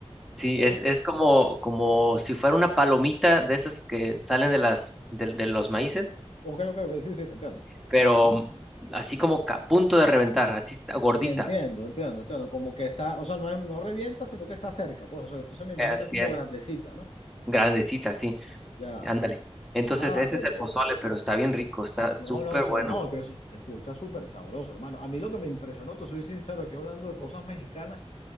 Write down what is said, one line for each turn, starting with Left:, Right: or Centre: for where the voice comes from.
Centre: Sí,
Left: ok.
Centre: es, es como, como si fuera una palomita de esas que salen de las, de, de los
Left: ah,
Centre: maíces,
Left: Ok, ok, ok, sí, sí, te entiendo.
Centre: pero
Left: Ajá.
Centre: así como que a punto de reventar, así está gordita.
Left: Entiendo, entiendo, entiendo. Como que está, o sea, no, es- no revienta, sino que está cerca, pues. O sea, entonces me imagino
Centre: Así
Left: que es como
Centre: es.
Left: grandecita, ¿no?
Centre: Grandecita, así,
Left: Ya.
Centre: ándale. Entonces,
Left: Ah,
Centre: ese
Left: pero
Centre: es el pozole, pero está bien rico, está
Left: no,
Centre: súper
Left: no, se,
Centre: bueno.
Left: no, que es- se escucha súper sabroso, hermano. A mí lo que me impresionó, te soy sincero, aquí hablando de cosas mexicanas.